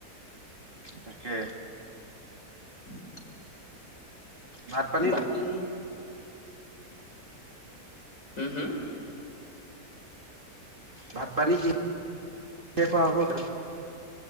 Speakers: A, on the right; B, on the left.
A: তাকে
B: <unintelligible>
A: ভাত পানী
B: বাকী ওম ওম
A: ভাত পানী কিহে খোৱা হ'ব?